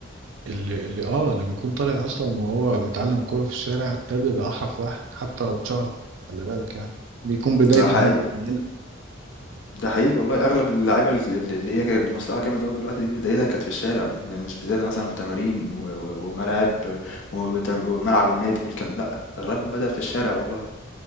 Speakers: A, on the right; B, on the left.
A: اللي اللي اه اللي بيكون طالع اصلا وهو متعلم كوره في الشارع ده بيبقى احرف واحد حتى لو اتشهر خلي بالك يعني بيكون بدايته
B: ده حقيقي
A: من من هنا
B: ده حقيقي والله اغلب اللعيبه الل- الل- اللي هي كانت مستواها جامد قوي دلوقتي دي بدايتها كانت في الشارع يعني مش بدايتها مثلا في تمارين و- و- وملاعب وت- وملعب النادي والكلام لا اغلبهم بدأ في الشارع والله